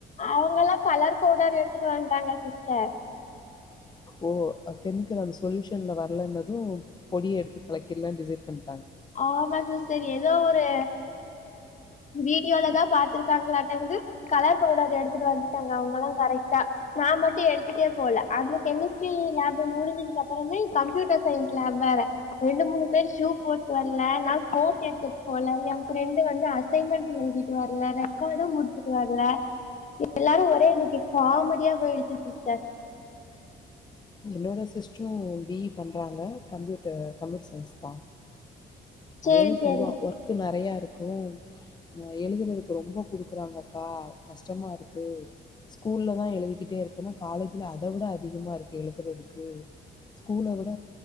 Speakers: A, on the left (about 40°); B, on the left (about 20°).
A: அவுங்கல்லா கலர் பவ்டர் எடுத்துட்டு வன்ட்டாங்க சிஸ்டர்
B: ஓ அ கெமிக்கல் அந்த சொல்யூஷன்ல வர்லன்னது பொடிய எடுத்து கலக்கிர்லான் டிசைட் பண்
A: ஆமா சிஸ் டர் எதோ ஒரு வீடியோல தா பாத்ருக்காங்ளாட்டக்குது கலர் பவுடர் எடுத்துட்டு வன்ட்டாங்க அவுங்கல்லா கரெக்ட்டா நா மட்டு எடுத்துட்டே போல அந்த கெமிஸ்ட்ரி லேபு முடுஞ்சதுக்கப்பறமே கம்ப்யூட்டர் சயின்ஸ் லேப் வேற ரெண்டு மூணு பேர் ஷூ போட்டு வர்ல நா கோட் எடுத்துட் போல எ ஃப்ரெண்டு வந்து அ சைன்மெண்ட் எழுதிட்டு வர்ல ரெக்கார்டு முடுச்சுட்டு வர்ல எல்லாரு ஒரே இன்னக்கி காமெடியா போயிடுச்சு சிஸ்டர்
B: என்னோட சிஸ்ட்ரு பி இ பண்றாங்க கம்ப்யூட்ட கம்ப்யூட்டர் சயின்ஸ் தா
A: சேரி
B: அவளு சொல்வா
A: சேரி
B: ஒர்க்கு நெறைய இ ருக்கு அ எழுதுறதுக்கு ரொம்ப குடுக்குறாங்கக்கா கஷ்டமா இருக்கு ஸ்கூல்ல தா எழுதிக்கிட்டே இருப்பென்னா காலேஜ்ல அத விட அதிகமா இருக்கு எழுதுறதுக்கு ஸ்கூல விட